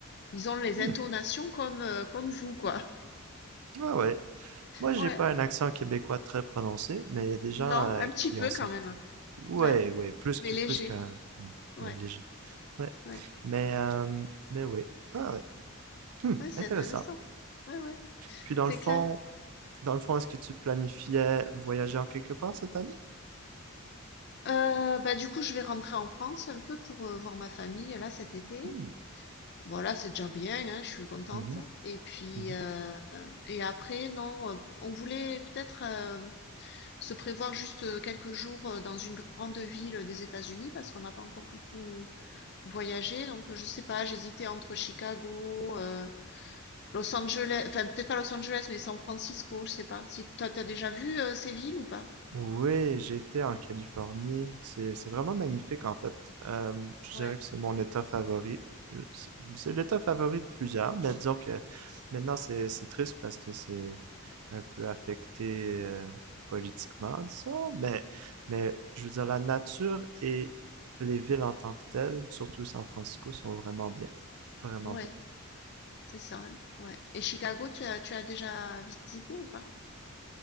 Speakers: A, on the left; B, on the right.
A: Ils ont les
B: Hmm.
A: intonations comme, euh, comme vous, quoi. <laughs>
B: Ah ouais. Moi, j'ai
A: Ouais.
B: pas un accent québécois très prononcé, mais il y a des gens
A: Non,
B: euh,
A: un petit
B: qui
A: peu
B: ont certains.
A: quand même.
B: Ouais,
A: Ouais.
B: ouais, plus
A: Mais
B: que
A: léger.
B: plus qu'un. Ouais,
A: Ouais.
B: ouais, léger. Ouais.
A: Ouais.
B: Mais euh, mais ouais. Ah ouais. Hmm,
A: Ouais, c'est
B: intéressant.
A: intéressant. Ouais, ouais.
B: Puis dans
A: C'est
B: le fond,
A: clair.
B: dans le fond, est-ce que tu planifiais voyager en quelque part cette année?
A: Euh, bah, du coup, je vais rentrer en France un peu pour euh, voir ma famille, là, cet été.
B: Hmm.
A: Voilà, c'est déjà bien, hein, je suis contente.
B: Mhm,
A: Et puis,
B: mhm.
A: euh, et après, non, euh, on voulait peut-être euh, se prévoir juste euh, quelques jours euh, dans une grande ville des États-Unis parce qu'on n'a pas encore beaucoup voyagé. Donc, euh, je sais pas, j'hésitais entre Chicago, euh, Los Angeles, enfin, peut-être pas Los Angeles, mais San Francisco, je sais pas. Si toi, t'as déjà vu euh, ces villes ou pas?
B: Oui, j'étais en Californie. C'est c'est vraiment magnifique en fait. Euh, je
A: Ouais,
B: dirais que c'est mon état favori. Euh, C'est c'est l'état favori de plusieurs, mais disons que maintenant c'est c'est triste parce que c'est un peu affecté euh, politiquement, disons. Mais mais je veux dire la nature et les villes en tant que telles, surtout San Francisco, sont vraiment bien, vraiment
A: ouais,
B: bien.
A: c'est ça, hein, ouais. Et Chicago, tu as, tu as déjà visité ou pas?